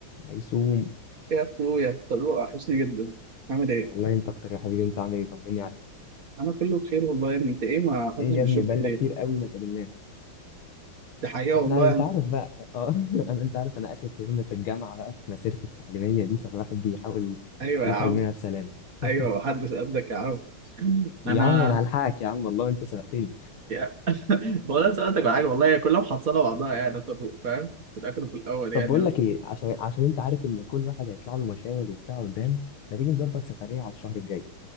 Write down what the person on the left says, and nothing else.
هيسوم
والله انت اكتر يا حبيبي انت عامل ايه طمني عليك
ايه
يا ابني بقالنا
كتير قوي ما تقابلناش
احنا
انت
عارف بقى اه <laughs> انا انت عارف انا اخر ترم في الجامعه بقى في مسيرتي التعليميه دي فالواحد بيحاول
يخرج
منها بسلام <laughs>
يا
عم انا هلحقك يا عم والله انت سبقتني
طب
بقول لك ايه عشان عشان انت عارف ان كل واحد هيطلع له مشاغل وبتاع قدام ما تيجي نظبط سفريه على الشهر الجاي